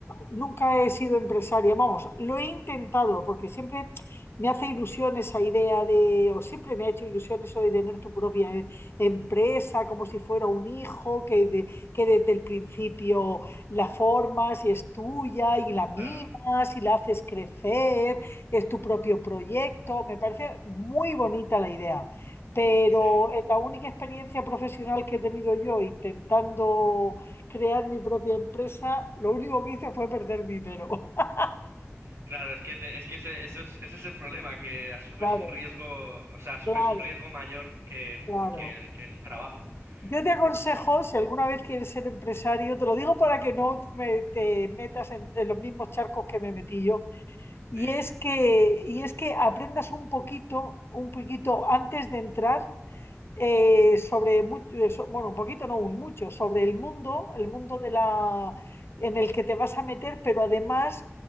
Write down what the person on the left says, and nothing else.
nunca he sido empresaria. Vamos, lo he intentado porque siempre me hace ilusión esa idea de, o siempre me ha hecho ilusión eso de tener tu propia eh, empresa, como si fuera un hijo, que, de- que desde el principio la formas y es tuya y la mimas
y la haces crecer, es tu propio proyecto. Me parece muy bonita la idea pero
es la única experiencia profesional que he tenido yo intentando crear mi propia empresa, lo único que hice fue perder dinero. <laughs>
Claro,
claro,
claro.
Yo te aconsejo,
si alguna vez quieres ser empresario, te lo digo para que no me- te metas en, en los mismos charcos que me metí yo, y
es que, y es que aprendas un poquito, un poquito antes de entrar eh, sobre bueno, un poquito, no un mucho, sobre el mundo, el mundo de la, en el que te vas a meter, pero además